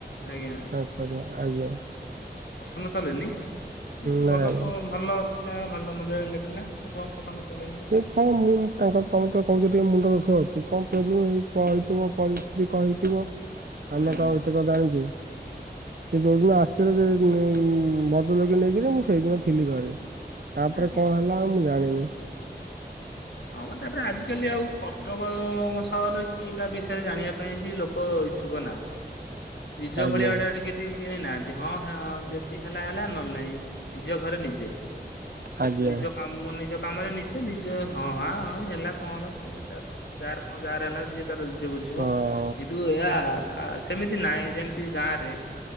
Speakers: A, on the left; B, on the right.
A: ଆଜ୍ଞା
B: ତାଙ୍କରି ଆଜ୍ଞା।
A: ପସନ୍ଦ କଲେନି ଇଏ ତ
B: ନାଇଁ
A: ଭଲ ପ ଭଲ ପିଲା ଭଲ ମଜା ଲାଗିଲା ପିଲା କଣ ପସନ୍ଦ କ
B: ସେ କଣ ମୁଁ ତାଙ୍କର ତମେ ତ କହୁଛ ଟିକେ ମୁଣ୍ଡ ଦୋଷ ଅଛି। କଣ ପ୍ରୋବ୍ଲେମ ହେଇଚି କଣ ହେଇ ଥିବ ପରିସ୍ଥିତି କଣ ହେଇଥିବ
A: ହୁଁ
B: ଆମେ ତ ଏତକ ଜାଣିଚେ କି। ସେ ଯୋଉଦିନ ଆସିଥିଲେ ଭଦ୍ର ଲୋକି ନେଇକିରି ମୁଁ ସେଇଦିନ ଥିଲି ଘରେ। ତାପରେ
A: ଆଜ୍ଞା।
B: କଣ ହେଲା ଆଉ ମୁଁ ଜାଣିନି।
A: ହଁ ମ ତାପରେ ଆଜିିକାଲି ଆଉ କଟକ ସହରରେ କିଏ କାହା ବିଷୟରେ ଜାଣିବା ପାଇଁ ବି ଲୋକ ଇଚ୍ଛୁକ ନାହାଁନ୍ତି। ନିଜ
B: ଆଜ୍ଞା
A: ଭଳିଆଡେ <unintelligible> ନାହାନ୍ତି। ହଁ ଯେତିି ହେଲା ହେଲା ନହେଲେ ନାଇଁ। ନିଜ ଘରେ ନିଜେ।
B: ଆଜ୍ଞା
A: ନିଜ କାମ ନିଜ କାମରେ ନିଜେ ନିଜେ ହଁ ହା ହେଲା କଣ ହେଲା ଯା କଣ ଯାହାର ହେଲା ଯିଏ ନିଜେ ବୁଝିବ
B: ହଁ।
A: କିନ୍ତୁ ଏହା ସେମିତି ନାହିଁ ଯେମିତି ଗାଁରେ